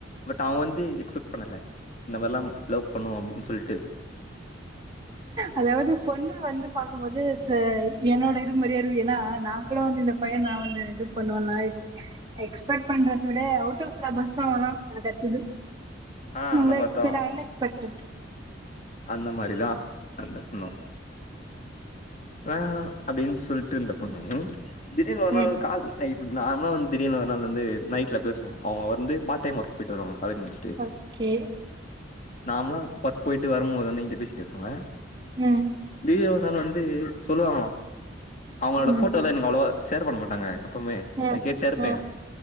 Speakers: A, on the left (about 40°); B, on the right (about 25°).
A: பட் அவுங் வந் து எக்ஸ்பெக்ட் பண்ணல இந்த மார்லாம் லவ் பண்ணுவோ அப்டின் சொல்ட்டு
B: அதாவது பொண்ணு வந்து பாக்கும்போது ச என்னோட இது மாரியே இருக்கு ஏனா நா கூட வந்து இந்த பைய நா வந்து இது பண்ணுவேலா எக்ஸ் எக்ஸ்பெக்ட் பண்றது விட அவுட்டாஃப் சிலபஸ்தாவெலா என தச்சது
A: ஆ அந்த
B: இந்த
A: மாரிதா
B: எக்ஸ்பெட் அன்எக்ஸ்பெக்டட்
A: அந்த மாரிதா அந்த பொண்ணூ வேணா அப்டின் சொல்ட்டு இந்த பொண்ணு திடீர்னு ஒரு நாள்
B: ம்
A: கால் அய் இப்ட் நார்மலா வந்து திடீர்னு ஒரு நாள் வந்து நைட்ல பேசுவோ அவுங்க வந்து பார்ட் டைம் ஒர்க் போயிட்டு வருவாங்க காலேஜ் முடிச்சுட்டு
B: ஓகே
A: நார்மலா ஒர்க் போயிட்டு வரும்போது வந்து என்ட்ட பேசிட்டு ஃபோன்ல
B: ம்
A: திடீர்னு ஒரு நாள் வந் து சொல்லுவாங்களா அவுங்களோட
B: ம்
A: ஃபோட்டோ எல்லா எனக் அவ்ளவா ஷேர் பண்ண மாட்டாங்க ப்பமே
B: ம்
A: நா கேட்டேருப்பே
B: ம்